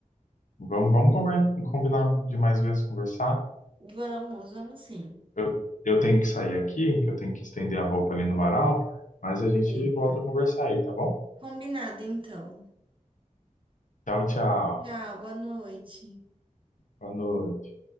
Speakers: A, on the left (about 70°); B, on the right (about 40°).
A: Vamos, vamos combinar, combinar de mais vezes conversar.
B: vamos, vamos sim.
A: Eu, eu tenho que sair aqui, que eu tenho que estender a roupa ali no varal, mas a gente
B: Eita.
A: volta a conversar aí, tá bom?
B: Combinado, então.
A: Tchau, tchau.
B: Tchau, boa noite.
A: Boa noite.